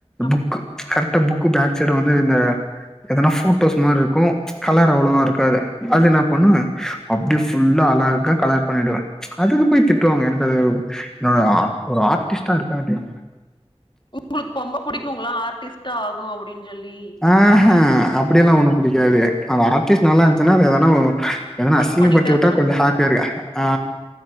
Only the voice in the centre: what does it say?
புக்கு கரெக்டா புக் பேக் சைட் வந்து இந்த எதனா ஃபோட்டோஸ் மாரி இருக்கு கலர் அவ்வளவா இருக்காது அது என்ன பண்ணே அப்டியே ஃபுல்லா அழகா கலர் பண்ணிடுவே அதுக்கு போய் திட்டுவாங்க எனக்கு அது என்னோட ஒரு ஆர்டிஸ்ட்டா இருக்க வேண்டியவ
ஆஹா அப்படியெல்லா
ஒண்ணு புடிக்காது அது
ஆர்டிஸ்ட் நல்லா இருந்துச்சுன்னா அது எதனா ஒ எதனா
அசிங்க
படுத்தி
விட்டா கொஞ்ச ஹாப்பியா இருக்க ஆ